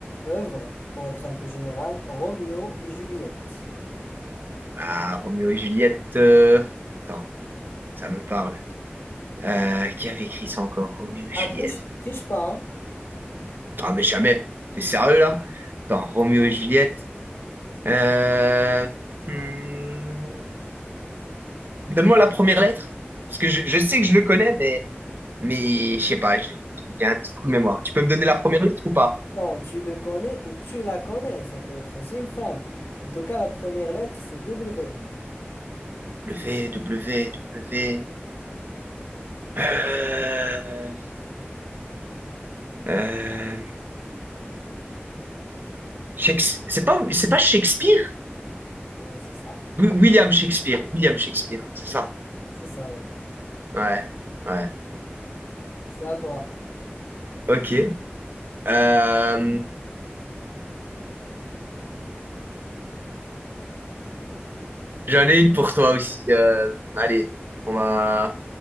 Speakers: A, on the left; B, on the right.
A: œuvre, pour être un peu général, Roméo et Juliette?
B: Ah, Roméo et Juliette. euh, Attends, ça me parle. Euh, qui avait écrit ça encore? Roméo et Juliette.
A: Ah, triche, triche pas, hein?
B: Ah, mais jamais. T'es sérieux là? Attends, Roméo et Juliette. Euh, hmm, donne-moi la première lettre, parce que je, je sais que je le connais, mais, mais je sais pas, j'ai j'ai un petit trou de mémoire. Tu peux me donner la première lettre ou pas?
A: Attends, tu le connais ou tu la connais, ça peut être aussi une femme. En tout cas, la première lettre, c'est W.
B: W, W, W. Euh, euh, Shakes- c'est pas, c'est pas Shakespeare?
A: Oui, c'est ça.
B: Wi- William Shakespeare, William Shakespeare, c'est ça.
A: C'est ça, oui.
B: Ouais, ouais.
A: C'est à toi.
B: Ok. Euh, j'en ai une pour toi aussi. Euh, allez, on va